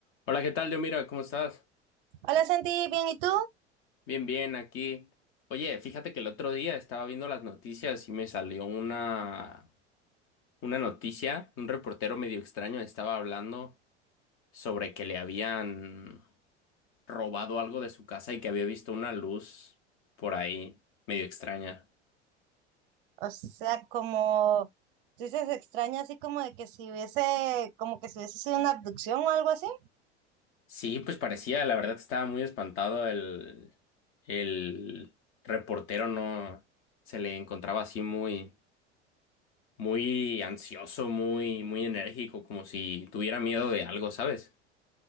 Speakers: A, on the left; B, on the right.
A: Hola, ¿qué tal, Dios? Mira, ¿cómo estás?
B: Hola Santi, bien, ¿y tú?
A: Bien, bien, aquí. Oye, fíjate que el otro día estaba viendo las noticias y me salió una, una noticia. Un reportero medio extraño estaba hablando sobre que le habían robado algo de su casa y que había visto una luz por ahí, medio extraña.
B: O sea, como tú dices, extraña así como de que si hubiese, como que si hubiese sido una abducción o algo así.
A: Sí, pues parecía, la verdad estaba muy espantado el, el reportero, no se le encontraba así muy. muy ansioso, muy, muy enérgico, como si tuviera miedo de algo, ¿sabes?